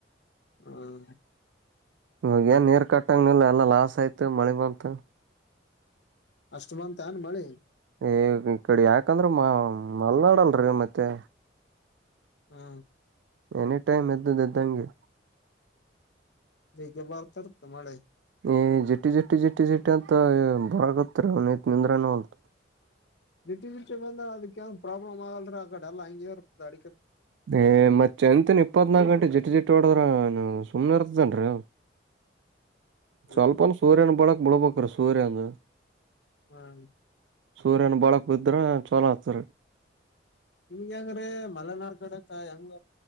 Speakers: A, on the left (about 65°); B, on the right (about 75°).
A: ಹ್ಮ
B: ಇವಾಗ ಏನ್ ನೀರು ಕಟ್ಟಂಗನಿಲ್ಲ ಎಲ್ಲ ಲಾಸ್ ಆಯ್ತು ಮಳೆ ಬಂತು
A: ಅಷ್ಟ ಬಂತ ಏನ್ ಮಳಿ
B: ಈ ಈ ಕಡೆ ಯಾಕಂದ್ರೆ ಮಾ ಮಲ್ನಾಡ ಅಲ್ರರಿ ಮತ್ತೆ
A: ಹ್ಮ
B: ಎನಿಟೈಮ್ ಎ್ದದು್ದಗೆ
A: ಬೆೇಗ್ಗ ಬರ್ತರ್ತ ಮಳೆ
B: ಏ್ ಜಟ್ಟಿ ಜಟ್ಟಿ ಜಟ್ಟಿ ಜಟ್ಟಿ ಅಂತ ಬರಗತ್ತರ ಅವನಐತ್ ನಿಂದ್ರನಂತ
A: ದಿಟ್ಟ ದಿಟ್ಟಿ ಬಂದ್ರ ಅದ ಏನ್ ಪ್ರಾಬ್ಲಮ ಆಗಲ್್ರ ಆ ಕಡೆ ಎಲ್ಲ ಹಂಗೆರ್ ಅಡ
B: ಏ ಮತ್ತೆ ಎಂತನ್ ಇಪ್ಪತ್ನಾಾಕ ಗಂಟೆ ಜಟ್ಟ ಜಿಟ್ಟ ಹೊಡದ್ರ ಹ ಸುಮ್ನೆ ಇರ್ತದನ್ರಿೀ
A: ಹ
B: ಸ್ವಲ್ಪ ಸೂರ್ಯನ ಬಳಕ್ ಬಿಳ್ಬ ಪ್ರಸೂರಂದ
A: ಹ್ಮ
B: ಸೂರ್ಯನ ಬಳಕ್ ಬಿದ್ರೆ ಚಲೋ ಆತರಿ
A: ನಿಮ್ಗೆ ಹೆಂಗ್ರೀ ಮಲೆನಾಾರ್ ಕಡೆ ತಾಯಿ ಹಂಗ